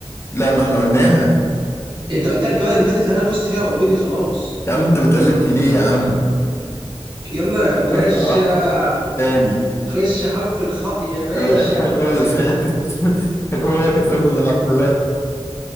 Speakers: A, on the left (about 25°); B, on the right (about 55°).
A: لا ما احنا قلناها
B: انت قلتها الجوله اللي فاتت اللي انا فزت فيها اوريدي خلاص
A: يا عم انت بتقلدني ليه يا عم
B: يلا يا باشا
A: بص بقى تاني
B: خش حرف الخاء يا باشا
A: انا وقعت فوق المره اللي
B: <laughs>
A: فاتت <laughs> انت كل مره تكسبني بالحرف ده